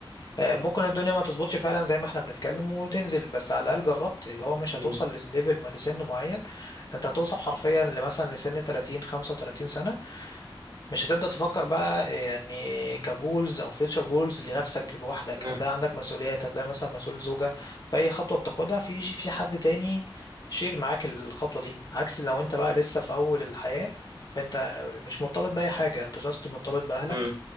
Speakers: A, on the left; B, on the right.
A: آه، ممكن الدنيا ما تظبطش فعلا زي ما احنا بنتكلم وتنزل بس على الاقل جربت اللي هو مش
B: مم.
A: هتوصل لليفل ما- لسن معين انت هتوصل حرفيا لمثلا لسن 30 35 سنه مش هتبدا تفكر بقى آه، يعني كجولز او فيوتشر جولز لنفسك لوحدك
B: مم.
A: هتلاقي عندك مسؤوليات هتلاقي مثلا مسؤول زوجه فاي خطوه بتاخدها في في حد تاني شير معاك الخطوه دي عكس لو انت بقى لسه في اول الحياه فانت مش مرتبط باي حاجه انت جاست مرتبط باهلك
B: مم.